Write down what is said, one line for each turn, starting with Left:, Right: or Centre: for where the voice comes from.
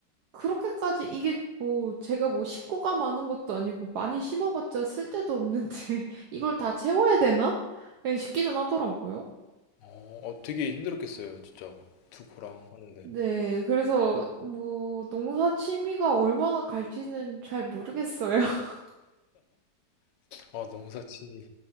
Right: 그렇게까지 이게 뭐 제가 뭐 식구가 많은 것도 아니고 많이 심어봤자 쓸데도 없는데 <laughs> 이걸 다 채워야 되나? 예, 싶기는 하더라고요.
Left: 어, 어, 되게 힘들었겠어요, 진짜. 두 고랑 하는데.
Right: 네, 그래서 뭐 농사 취미가 얼마나 갈지는 잘 모르겠어요. <laughs>
Left: 아, 농사 취미.